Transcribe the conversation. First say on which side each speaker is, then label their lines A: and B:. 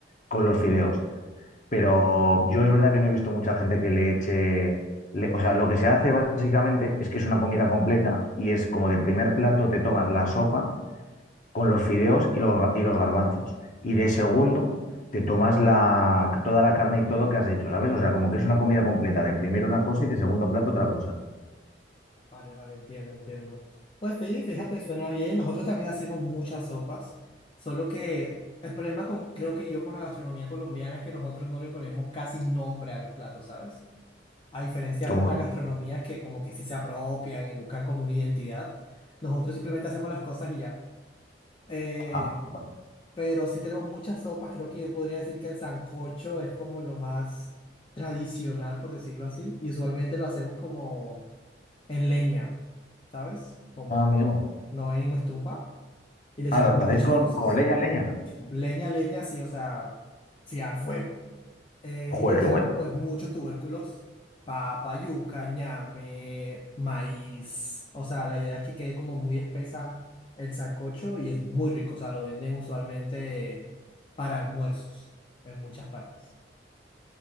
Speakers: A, on the left; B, on the left.
A: con los fideos. Pero yo es verdad que no he visto mucha gente que le eche... le- o sea, lo que se hace básicamente es que es una comida completa y es como de primer plato te tomas la sopa con los fideos y los, y los garbanzos. Y de segundo, te tomas la, toda la carne y todo lo que has hecho, ¿sabes? O sea, como que es una comida completa, de primero una cosa y de segundo plato otra cosa.
B: Vale, vale, entiendo, entiendo. Pues sí, fíjate, suena bien. Nosotros también hacemos muchas sopas, solo que el problema con, creo que yo con la gastronomía colombiana es que nosotros no le ponemos casi nombre a los platos, ¿sabes? A diferencia
A: Como,
B: de otras gastronomías que como que sí se apropian y buscan como una identidad, nosotros simplemente hacemos las cosas y ya. Eh,
A: ah, bueno,
B: pero sí tenemos muchas sopas, creo que yo podría decir que el sancocho es como lo más tradicional, por decirlo así, y usualmente lo hacemos como en leña, ¿sabes? Como
A: ah, amigo.
B: no en estufa. Y le echamos
A: Ah, lo
B: muchas
A: hacéis con,
B: cosas.
A: con leña, leña.
B: Leña, leña, sí, o sea, sí, al fuego. Eh,
A: Joder,
B: y le echamos
A: qué guay.
B: pues muchos tubérculos, papa, yuca, ñame, maíz. O sea, la idea es que quede como muy espesa el sancocho y es muy rico. O sea, lo venden usualmente para almuerzos en muchas partes.